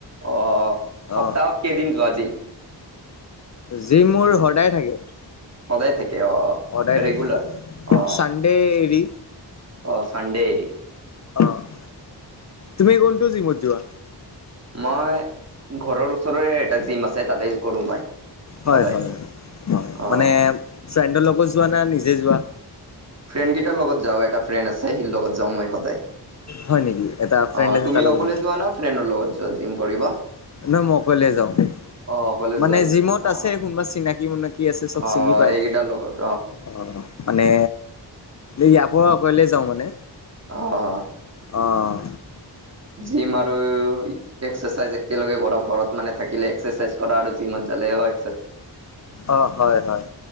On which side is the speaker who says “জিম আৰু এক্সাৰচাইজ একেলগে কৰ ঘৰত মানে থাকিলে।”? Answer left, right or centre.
Right